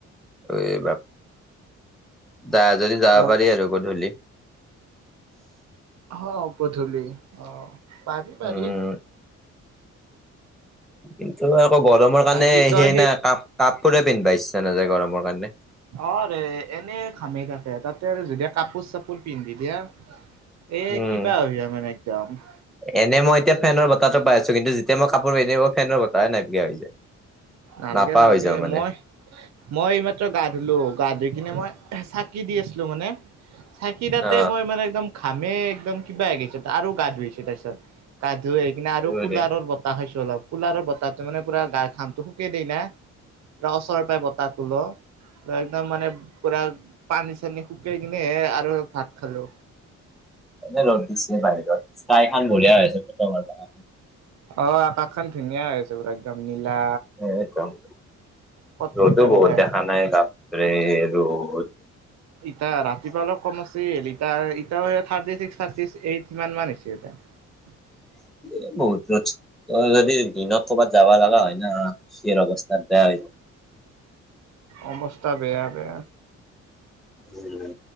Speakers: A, in the centre; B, on the right.
A: এই যা যদি যাব
B: লগ
A: পাৰি আৰু গধূলি
B: অহ, পুধূলি অহ পাৰি- পাৰি
A: উম কিন্তু আকৌ গৰমৰ কাৰণে
B: বাকী তই
A: সেই না কাপ- কাপোৰে পিন্ধবা ইচ্ছা নাযায় গৰম মৰ কাৰণে
B: অহ, ৰে এনে ঘামেই থাকে তাতে আৰু যদি কাপোৰ- চাপোৰ পিন্ধি দিয়া এ
A: উম
B: কিবা হৈ যাই মানে একদম
A: এনে মই এতিয়া ফেনৰ বতাহটো পাই আছো কিন্তু যেতিয়া মই কাপোৰ পিন্ধিব ফেনৰ বতাহ নাইকিয়া হৈ যায়।
B: নালগে
A: নাপা
B: - নালগে,
A: হৈ যাওঁ মানে
B: মই -মই এই মাত্ৰ গা ধুলো গা -ধুই কিনে মই চাকি দি আছিলো মানে চাকি তাতে
A: অ
B: মই মানে একম ঘাম একদম কিবা হৈ গিছে আৰু গা- ধুই আহিছে তাৰ পিছত গা - ধুই আহী কিনে আৰু
A: উম
B: কুলাৰৰ বতাহ খাইছোঁ। জলপ কোলাৰৰ বতাহটো মানে পোৰা গাৰ ঘামটো শুকে দেই না <unintelligible> অচৰৰ পে বতাহটো ল ' একদম মানে পুৰা পানী- চানী শুকাই কিনেহে আৰু ভাত খালো।
A: এনে ৰ'দ দিছে বাহিৰত ইস্কাই খান বঢ়িয়া হৈছে ফটো মাৰবা কাৰনে
B: অহ, আকাশ খন ধুনীয়া হৈ আছে পোৰা একদম নীলা
A: এ কম
B: কটকটীয়া
A: ৰ'টো বহত
B: নীলা হৈ
A: দেখা
B: আছে
A: নাই ক তে <unintelligible>
B: ইতিটা ৰাতিপুৱা অলপ কম আছে হল ই থাৰ্টিক্স থাৰ্টি এইটমান হৈছে। <inaudible>
A: এ বহুত যদি দিনত কৰ'ৰবাত যাব লগা হয় ন। শেৰ অৱস্থা তাৰ বেয়া হৈছে।
B: অৱস্থা বেয়া বেয়া।
A: উ